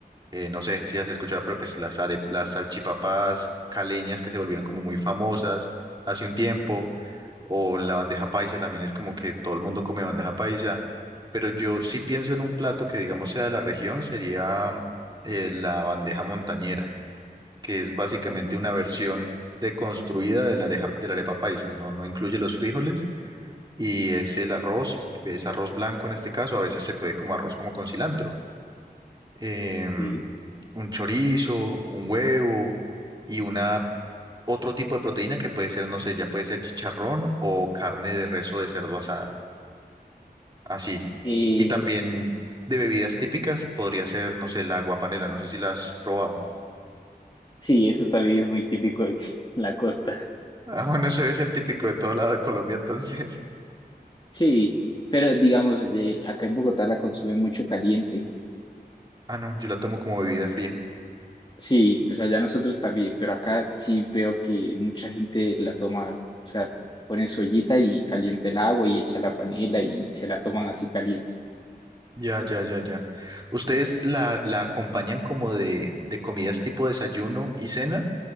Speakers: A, on the right; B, on the left.
A: eh, no sé si has escuchado, pero pues las, are- las salchipapas caleñas que se volvieron como muy famosas hace un tiempo. O la bandeja paisa también es como que todo el mundo come bandeja paisa. Pero yo sí pienso en un plato que, digamos, sea de la región, sería eh, la bandeja montañera, que es básicamente una versión deconstruida de la areja- de la arepa paisa. No, no incluye los frijoles y es el arroz, es arroz blanco en este caso, a veces se puede como arroz como con cilantro. Em,
B: Sí.
A: un chorizo, un huevo y una, otro tipo de proteína que puede ser, no sé, ya puede ser chicharrón o carne de res o de cerdo asada. así.
B: eh,
A: Y también de bebidas típicas podría ser, no sé, la aguapanela, no sé si la has probado. <laughs>
B: sí, eso también es muy típico en la costa.
A: Ah, bueno, eso debe ser típico de todo lado de Colombia, entonces.
B: Sí, pero digamos, eh, acá en Bogotá la consumen mucho caliente.
A: <laughs> Ah, no, yo la tomo como bebida fría.
B: Sí, pues allá nosotros también, pero acá sí veo que mucha gente la toma, o sea, pone su ollita y calienta el agua y echa la panela y se la toman así caliente.
A: Ya, ya, ya, ya. ¿Ustedes la, la acompañan como de, de comidas tipo desayuno y cena?